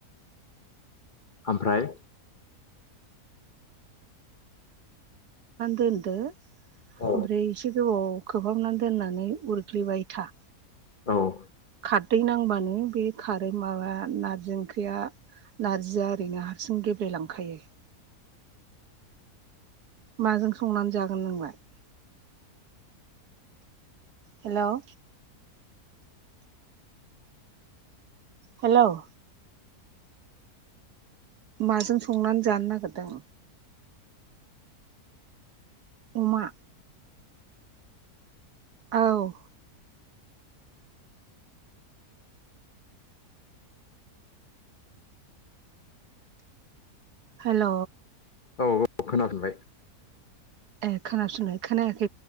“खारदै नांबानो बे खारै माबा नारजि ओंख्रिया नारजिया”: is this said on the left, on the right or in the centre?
Right